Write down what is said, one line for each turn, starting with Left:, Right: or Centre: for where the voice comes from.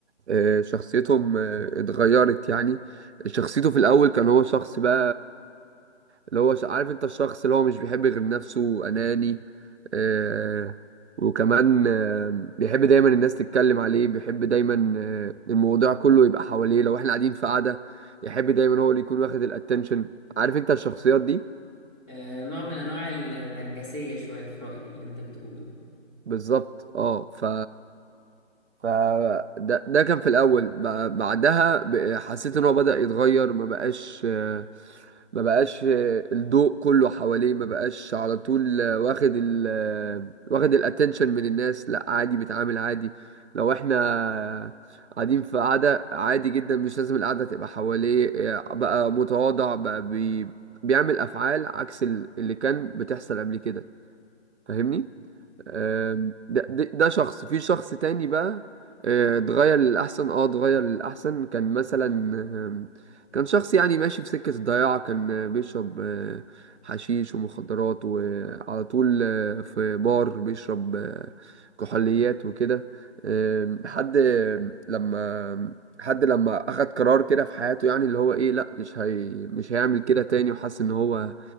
Right: آه، شخصيتهم آه، اتغيرت يعني شخصيته في الاول كان هو شخص بقى اللي هو ش- عارف انت الشخص اللي هو مش بيحب غير نفسه اناني آه وكمان آه بيحب دايما الناس تتكلم عليه بيحب دايما آه الموضوع كله يبقى حواليه لو احنا قاعدين في قعدة يحب دايما هو اللي يكون واخد الاتنشن عارف انت الشخصيات دي
Left: آه، نوع من انواع النرجسية شوية في رأيي اللي انت بتقوله ده
Right: بالظبط اه ف ف ده ده كان في الاول ب- بعدها ب- حسيت ان هو بدأ يتغير ما بقاش آه، ما بقاش الضوء كله حواليه ما بقاش على طول واخد ال واخد الاتنشن من الناس لا عادي بيتعامل عادي لو احنا قاعدين في قعدة عادي جدا مش لازم القعدة تبقى حواليه آه، بقى متواضع بقى بي بيعمل افعال عكس ال- اللي كان بتحصل قبل كده فاهمني آم، ده, ده, ده شخص في شخص تاني بقى آه، اتغير للأحسن اه اتغير للأحسن كان مثلا آم، كان شخص يعني ماشي في سكة الضياع كان آه، بيشرب آه، حشيش ومخدرات وعلى طول آه، في بار بيشرب آه، كحوليات وكده آم، حد آم، لما حد لما أخد قرار كده في حياته يعني اللي هو ايه لأ مش هي مش هيعمل كده تاني وحس ان هو